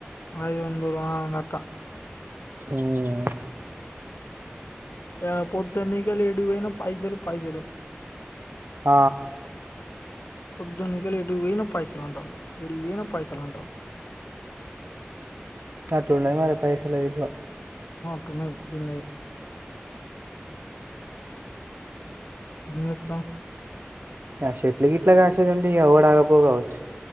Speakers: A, on the left (about 60°); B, on the right (about 60°).
A: ఐదు వందల ఆ గట్ట
B: హ్మ్
A: ఆ పోద్దన్నే ఇగ ఏటూ పోయిన పైసలు పైసలు
B: ఆ
A: పొద్దునికలి ఎటు పోయిన పైసలు అంటాళ్ళు. ఎడికి పోయిన పైసలు అంటాళ్ళు.
B: అట్లు ఉన్నది మరి పైసల విలువ
A: అంటున్నది జిందగి ఎమ్ చేత్తామ్
B: ఆ చెట్ల ఇట్లా కాసేది ఉంటే ఎవడు ఆగాపో కావచ్చు.